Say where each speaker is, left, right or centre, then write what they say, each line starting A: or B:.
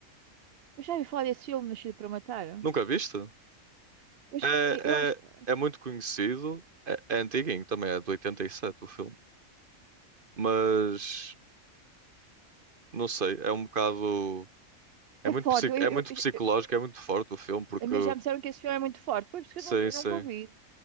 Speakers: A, on the right; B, on the right.
A: Eu já ouvi falar desse filme, Nascido para Matar.
B: Nunca viste?
A: Eu, já-
B: É,
A: eu eu acho
B: é,
A: que
B: é muito conhecido. É, é antiguinho também, é de 87 o filme. Mas, não sei, é um bocado... É
A: é
B: muito,
A: forte.
B: psi-
A: Eu,
B: é
A: eu, eu,
B: muito psicológico,
A: eu-
B: é muito forte o filme, porque...
A: a mim já me disseram que esse filme é muito forte. Foi por isso que
B: Sim,
A: eu nunca, eu
B: sim.
A: nunca o E